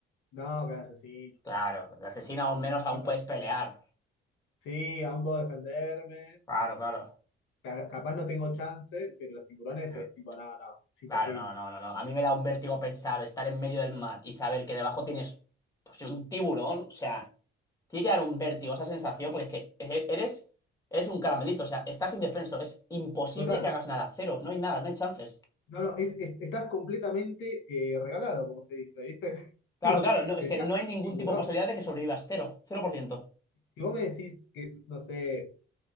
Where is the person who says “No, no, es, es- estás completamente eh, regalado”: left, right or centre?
Left